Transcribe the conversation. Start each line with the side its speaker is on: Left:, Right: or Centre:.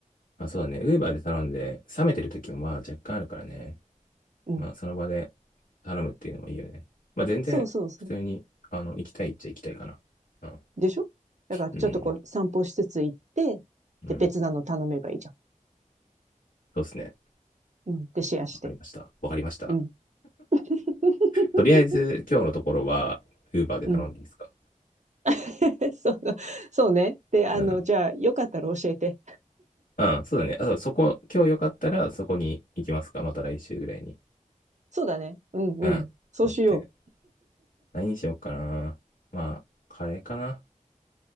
Left: まあ、そうだね、ウーバーで頼んで、冷めてる時もまあ若干あるからね。
Right: うん。
Left: まあ、その場で頼むっていうのもいいよね。まあ、全然普通に、
Right: そうそうそう。
Left: あの、行きたいっちゃ行きたいかな。うん
Right: でしょだからちょっとこう散歩しつつ行って、
Left: うん。うん。
Right: で、別なの頼めばいいじゃ
Left: そうですね。
Right: ん。うん。で、シェアして。
Left: わかりました。わかりました。
Right: うん。<laughs>
Left: とりあえず、今日のところは、ウーバーで頼んでいいですか
Right: うん。<laughs> そう、そうね。で、あの、
Left: うん。
Right: じゃあ、よかったら教えて。
Left: うん、そうだね。あ、そうそこ、今日よかったら、そこに行きますかまた来週ぐらいに。
Right: そうだね。うんうん。
Left: うん。
Right: そうしよ
Left: オッケー。何にしようかな。まあ、カレーかな。